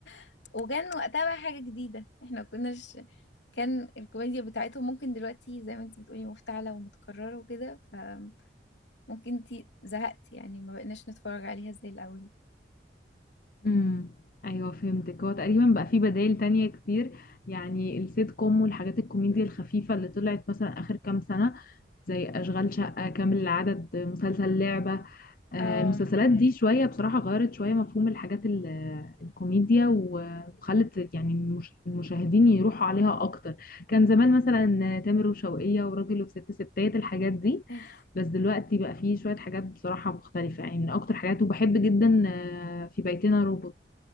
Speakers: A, on the left; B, on the left.
A: <laughs> وكان وقتها بقى حاجة جديدة احنا ما كناش كان الكوميديا بتاعتهم ممكن دلوقتي زي ما انت بتقولي مفتعلة ومتكررة وكده فممكن انت زهقتي يعني ما بقناش نتفرج عليها زي الأول
B: امم ايوه فهمتك هو تقريبا بقى في بدائل تانية كتير يعني السيت كوم والحاجات الكوميديا الخفيفة اللي طلعت مثلا آخر كام سنة زي أشغال شقة كامل العدد مسلسل لعبة آه،
A: أم...
B: المسلسلات دي شوية بصراحة غيرت شوية مفهوم الحاجات ال- الكوميديا و- وخلت يعني المش- المشاهدين يروحوا عليها أكتر كان زمان مثلا تامر وشوقية وراجل وست ستات الحاجات دي
A: <laughs>
B: بس دلوقتي بقى فيه شوية حاجات بصراحة مختلفة يعني من أكتر حاجات وبحب جدا آه، في بيتنا روبوت